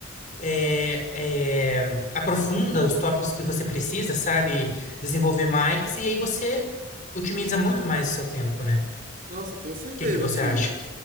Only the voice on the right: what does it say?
<laughs> Nossa, com certeza,
assim.